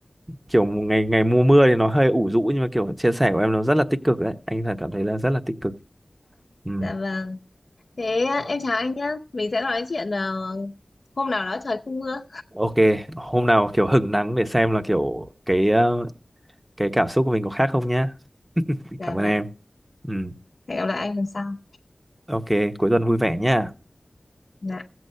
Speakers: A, on the right (about 25°); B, on the left (about 65°).
A: kiểu một ngày ngày mùa mưa thì nó hơi ủ rũ nhưng mà kiểu chia sẻ của em nó rất là tích cực đấy. Anh thật cảm thấy là rất là tích cực. Ừ.
B: dạ vâng thế à, em chào anh nhá mình sẽ nói chuyện à, hôm nào đó trời không mưa
A: Ok, hôm nào kiểu hứng nắng để xem là kiểu cái ờ, cái cảm xúc của mình có khác không nhá.
B: dạ
A: Cảm ơn
B: vâng
A: em. Ừ.
B: hẹn gặp lại anh lần sau
A: Ok, cuối tuần vui vẻ nhá.
B: Dạ.